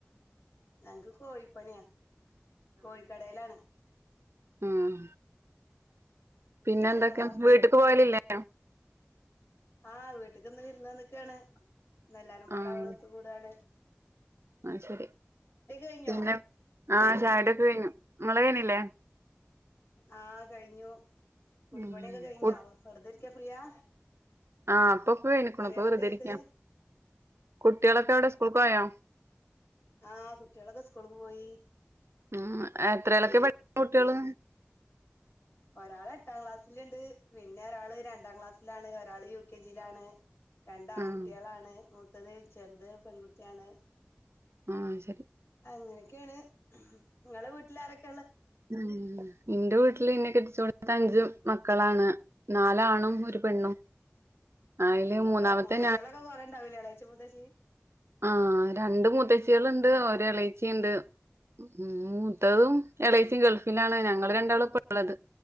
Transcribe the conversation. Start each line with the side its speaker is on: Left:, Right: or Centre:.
Left: ഞങ്ങക്ക് കോഴിപ്പണിയാ കോഴിക്കടയിലാണ്.
Right: ഉം പിന്നെ
Left: പിന്നെന്താ
Right: എന്തൊക്കെയാ വീട്ടക്ക് പോവലില്ലേ?
Left: ആഹ് വീട്ടക്കിന്ന് വിരുന്ന് വന്ന്ക്കാണ് ഇന്ന് എല്ലാരും പാടെ
Right: ആഹ്
Left: അവിടെ ഒത്ത് കൂടാണ്.
Right: ആഹ് ശരി
Left: കഴിഞ്ഞോ
Right: പിന്നെ ആഹ് ചായ കുടിയൊക്കെ കഴിഞ്ഞു ഇങ്ങളെ കയിഞ്ഞ ല്ലേ.
Left: ആഹ് കഴിഞ്ഞു കുടിപ്പണിയൊക്കെ
Right: ഉം
Left: കഴിഞ്ഞോ
Right: കു
Left: വെറുതെ ഇരിക്ക ഫ്രീയാ
Right: ആഹ് ഇപ്പോക്കെ കയിഞ്ഞിക്കണു
Left: പണികളൊക്കെ
Right: ഇപ്പോ വെർതിരിക്ക
Left: കഴിഞ്ഞിട്ട്
Right: കുട്ടികളൊക്കെ അവിടെ സ്കൂൾ ക്ക് പോയാ?
Left: ആ കുട്ടികളൊക്കെ സ്കൂളക്ക് പോയി.
Right: ഉ എത്രേലൊക്കെ പഠിക്ക കുട്ടികള്?
Left: ഒരാൾ എട്ടാം ക്ലാസ്സല് ഉണ്ട് പിന്നെ ഒരാള് രണ്ടാം ക്ലാസ്സിലാണ് ഒരാൾ യു കെ ജ യിലാണ് രണ്ട ആൺകുട്ടികളാണ്
Right: ആഹ്
Left: മൂത്തത് ചെറുത് പെൺകുട്ടിയാണ്.
Right: ആഹ ശരി
Left: അങ്ങനെയൊക്കെയാണ് നിങ്ങളുടെ വീട്ടിലാരൊക്ക?
Right: ഉം ന്റെ വീട്ടില് നിന്നെ കെടിച്ച കൊളത്തെ അഞ്ചും മക്കളാണ് നാലാണും ഒരു പെണ്ണും. അയില്
Left: ഉം അപ്പൊ
Right: മൂന്നാമത്തെ
Left: മുത്ത്ച്ചിളക്കെ കൊറെയുണ്ടവില്ലേ <unintelligible>
Right: ആഹ രണ്ട മുത്തച്ചികളുണ്ട് ഒ എളച്ചിണ്ട് ഉം മുത്തതും എളൈച്ചിയും ഗൾഫിലാണ് ഞങ്ങള്ൾ രണ്ടാളും ഇപ്പ ഉള്ളത്